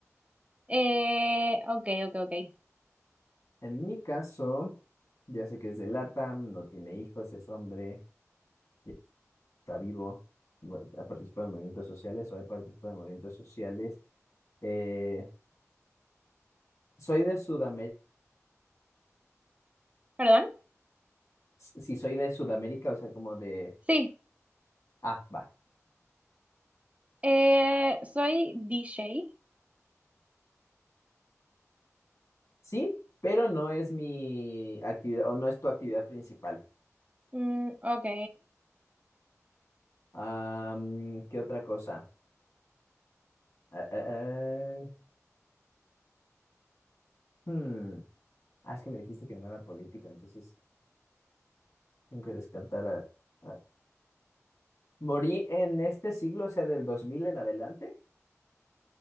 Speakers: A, on the right (about 25°); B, on the left (about 75°).
A: Eh, ok, ok, ok.
B: En mi caso, ya sé que es de LATAM, no tiene hijos, es hombre, ya está vivo, mu- ha participado en movimientos sociales o he participado en movimientos sociales. Eh, soy de Sudamérica,
A: ¿Perdón?
B: si soy de Sudamérica, o sea, como de,
A: Sí.
B: ah, va.
A: Eh, soy DJ.
B: Sí, pero no es mi actividad o no es tu actividad principal.
A: Mm, ok.
B: Am, ¿qué otra cosa? Eh, eh, eh, hmm, Ah, es que me dijiste que no era político, entonces tengo que descartar a, a- ¿Morí en este siglo, o sea, del dos mil en adelante?